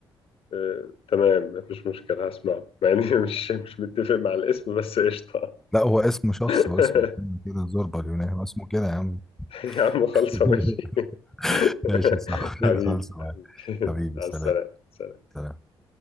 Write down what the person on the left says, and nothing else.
آه، تمام مفيش مشكلة هسمعه مع اني <laughs> مش مش متفق مع الاسم بس قشطة
<laughs>
يا عم خلصة
ماشي <laughs>
حبيبي
<laughs>
على
السلامة